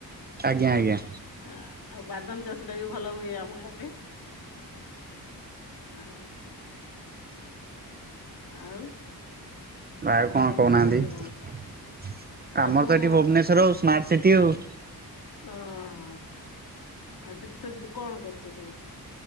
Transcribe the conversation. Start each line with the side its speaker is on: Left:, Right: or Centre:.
Right: ଆଜ୍ଞା ଆଜ୍ଞା।
Left: ଆ ଆଉ ବାଦାମ ଚାଷ ଟା ବି ଭଲ ହୁଏ ଆମ ଗାଁରେ। ହଁ ଆଉ।
Right: ଆଉ କଣ
Left: ତମ
Right: କହୁନାହାନ୍ତି,
Left: ସେଠି କଣ ଆଉ
Right: ଆମର
Left: ତମେ
Right: ତ
Left: କଣ
Right: ଏଠି ଭୁବନେଶ୍ଵର ଆଉ ସ୍ମାର୍ଟ ସିଟି ଆଉ।
Left: ଓ ହୋ ଆଉ ସେଠି ସବୁ କଣ କରୁଛ ସବୁ?